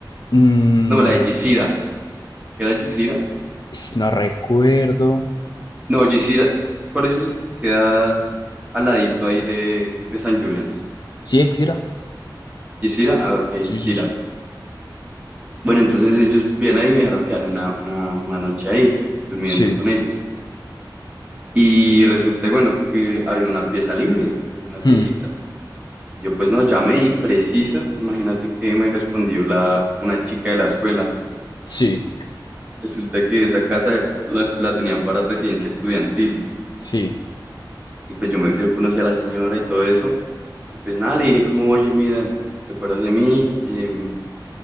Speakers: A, on the left; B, on the right.
A: Mm,
B: No, la de Gisira. ¿Si era Gisira?
A: s- no recuerdo.
B: No, Gisira, ¿cuál es el que queda al ladito ahí de, de San Julian's?
A: Sí, Exira.
B: Gisira, ah, ok,
A: Sí,
B: Gisira.
A: sí, sí.
B: Bueno, entonces ellos vienen ahí y me dejaron quedar una, una, una noche ahí, durmiendo
A: Sí.
B: con ellos. Y resulta, bueno, que había una pieza libre, una
A: Hmm,
B: piecita. Y yo pues no, llamé y preciso, imagínate que me respondió la, una chica de la escuela.
A: Sí,
B: Resulta que esa casa era, la, la tenían para residencia estudiantil.
A: sí.
B: Y pues yo, me, yo conocí a la señora y todo eso. Y pues nada, le dije como, oye, mira, ¿te acuerdas de mí? Em,